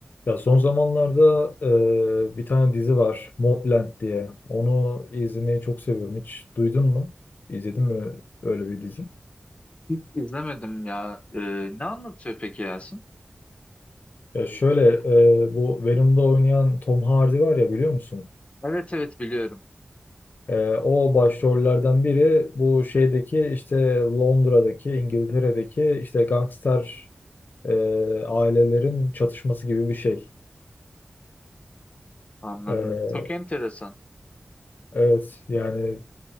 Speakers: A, on the left; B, on the left.
A: Ya son zamanlarda e, bir tane dizi var, Mobland diye. Onu izlemeyi çok seviyorum. Hiç duydun mu? İzledin mi öyle bir dizi?
B: Hiç izlemedim ya. Ee, ne anlatıyor peki Yasin?
A: Ya şöyle e, bu Venom'da oynayan Tom Hardy var ya biliyor musun?
B: Evet evet biliyorum.
A: E, o başrollerden biri bu şeydeki işte Londra'daki, İngiltere'deki işte gangster e, ailelerin çatışması gibi bir şey.
B: Anladım.
A: E,
B: Çok enteresan.
A: evet yani